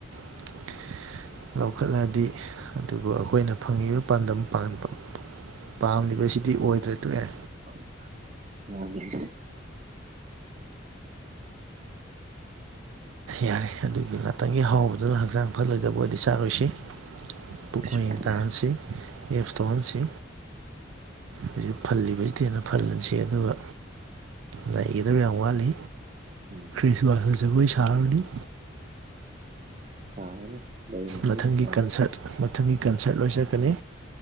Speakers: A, on the right (about 80°); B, on the right (about 35°).
A: <inaudible> ꯂꯧꯈꯠꯂꯛꯑꯗꯤ ꯑꯗꯨꯕꯨ ꯑꯩꯈꯣꯏꯅ ꯐꯪꯉꯤꯕ ꯄꯥꯟꯗꯝ ꯄꯥꯟꯕ ꯄꯥꯝꯂꯤꯕꯁꯤꯗꯤ ꯑꯣꯏꯗ꯭ꯔꯦ ꯇꯣꯛꯑꯦ
B: <unintelligible>
A: ꯌꯥꯔꯦ ꯑꯗꯨꯒꯤ ꯉꯥꯛꯇꯪꯒꯤ ꯍꯥꯎꯕꯗꯨꯅ ꯍꯛꯆꯥꯡ ꯐꯠꯂꯣꯏꯗꯕ ꯑꯣꯏꯗꯤ ꯆꯥꯔꯣꯏꯁꯤ ꯄꯨꯛ
B: ꯀꯩꯁꯨ
A: ꯃꯌꯦꯡ
B: ꯀꯥꯏꯗꯦ
A: ꯇꯥꯍꯟꯁꯤ ꯑꯦꯞꯁ ꯇꯧꯍꯟꯁꯤ ꯍꯧꯖꯤꯛ ꯐꯜꯂꯤꯕ ꯊꯦꯟꯅ ꯐꯜꯍꯟꯁꯤ ꯑꯗꯨꯒ ꯅꯩꯒꯗꯕ ꯌꯥꯝ ꯋꯥꯠꯂꯤ
B: ꯎꯝ
A: ꯀꯩꯁꯜ ꯍꯖꯩ ꯁꯍꯅꯤ
B: ꯁꯥꯒꯅꯤ ꯂꯩꯅ
A: ꯃꯊꯪꯒꯤ
B: ꯂꯩꯅ ꯁꯥ
A: ꯀꯟꯁꯔꯠ ꯃꯊꯪꯒꯤ ꯀꯟꯁꯔꯠ ꯂꯣꯏ ꯆꯠꯀꯅꯤ